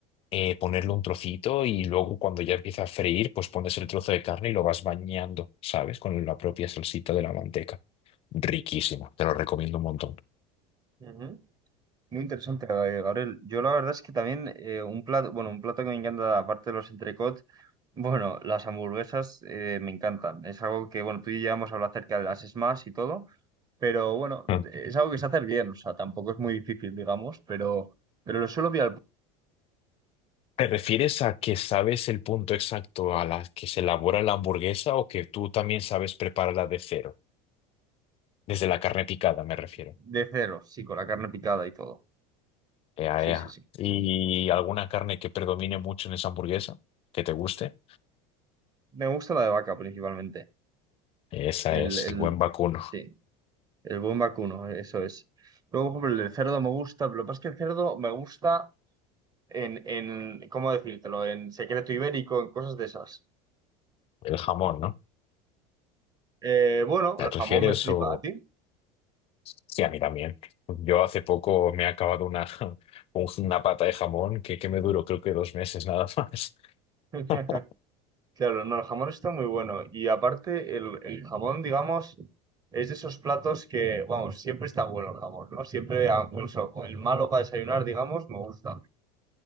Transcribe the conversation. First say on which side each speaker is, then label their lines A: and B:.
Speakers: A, on the left (about 35°); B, on the right (about 25°).
A: eh, ponerle un trocito y luego cuando ya empieza a freír, pues pones el trozo de carne y lo vas bañando, ¿sabes? Con la propia salsita de la manteca. Riquísima, te lo recomiendo un montón.
B: Ujú. Muy interesante, eh, Gabriel. Yo la verdad es que también eh, un plato, bueno, un plato que me encanta, aparte de los entrecot. Bueno, las hamburguesas eh, me encantan. Es algo que, bueno, tú y yo ya hemos hablado acerca de las Smash y todo, pero bueno,
A: Mm.
B: es algo que se hace bien, o sea, tampoco es muy difícil, digamos, pero, pero lo suelo pillar
A: ¿Te refieres a que sabes el punto exacto a la que se elabora la hamburguesa o que tú también sabes prepararla de cero? Desde la carne picada, me refiero.
B: de cero, sí, con la carne picada y todo.
A: Ea,
B: Sí,
A: ea.
B: sí, sí.
A: ¿Y alguna carne que predomine mucho en esa hamburguesa? ¿Que te guste?
B: Me gusta la de vaca principalmente.
A: Esa
B: El,
A: es
B: el,
A: el buen vacuno,
B: sí, el buen vacuno, eso es. Luego, por ejemplo, el del cerdo me gusta, pero lo que pasa es que el cerdo me gusta en, en, ¿cómo decírtelo? En secreto ibérico, en cosas de esas.
A: el jamón, ¿no?
B: Eh, bueno,
A: ¿Te
B: el jamón
A: refieres
B: me flipa
A: o...?
B: a ti.
A: Sí, a mí también. Yo hace poco me he acabado una, <laughs> un- una pata de jamón que, que me duró creo que dos meses nada más.
B: <laughs>
A: <laughs>
B: Claro, no, el jamón está muy bueno. Y aparte, el, el jamón, digamos, es de esos platos que, vamos, siempre está bueno el jamón, ¿no? Siempre, ah, incluso con el malo para desayunar, digamos, me gusta.